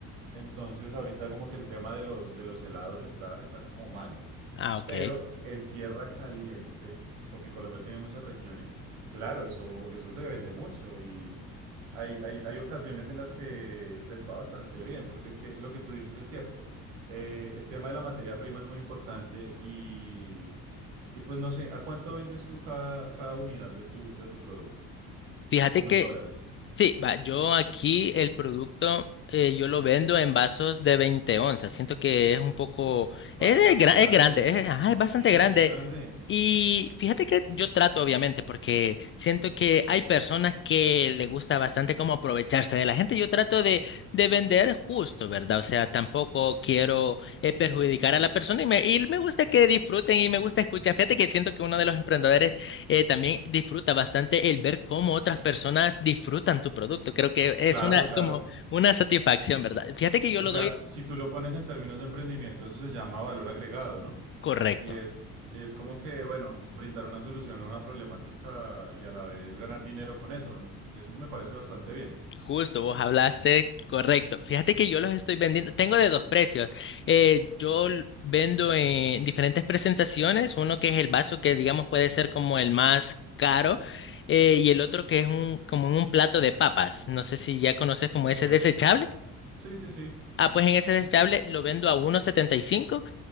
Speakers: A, on the right; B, on the left.
A: Entonces, ahorita como que el tema de los, de los helados está, está como mal.
B: Ah, ok.
A: Pero en tierra caliente, porque Colombia tiene muchas regiones, claro, eso, eso se vende mucho y hay, hay, hay ocasiones en las que les va bastante bien, porque es que lo que tú dices es cierto. Eh, el tema de la materia prima es muy importante y, y pues no sé, ¿a cuánto vendes tú cada, cada unidad de tu, de tu producto?
B: Fíjate
A: Como
B: que
A: en dólares.
B: Sí, va, yo aquí el producto eh, yo lo vendo en vasos de 20 onzas. Siento que es un poco, es,
A: Bastante
B: de gra-
A: grande.
B: es grande, es, ajá, es
A: Sí,
B: bastante
A: es
B: grande.
A: bien grande.
B: Y fíjate que yo trato, obviamente, porque siento que hay personas que le gusta bastante como aprovecharse de la gente. Yo trato de, de vender justo, ¿verdad? O sea, tampoco quiero eh, perjudicar a la persona y me, y me gusta que disfruten y me gusta escuchar. Fíjate que siento que uno de los emprendedores eh, también disfruta bastante el ver cómo otras personas disfrutan tu producto. Creo que es
A: Claro,
B: una,
A: claro.
B: como una satisfacción, ¿verdad? Fíjate que yo
A: O
B: lo
A: sea,
B: doy
A: si tú lo pones en términos de emprendimiento, eso se llama valor agregado, ¿no?
B: correcto.
A: Y es, es como que, bueno, brindar una solución a una problemática y a la vez ganar dinero con eso. Eso me parece bastante bien.
B: Justo, vos hablaste correcto. Fíjate que yo los estoy vendiendo. Tengo de dos precios. Eh, yo l- vendo en diferentes presentaciones, uno que es el vaso que digamos puede ser como el más caro. eh, y el otro que es un, como en un plato de papas. No sé si ya conoces como
A: Ok.
B: ese desechable.
A: Sí, sí, sí.
B: Ah, pues en ese desechable lo vendo a uno setenta y cinco.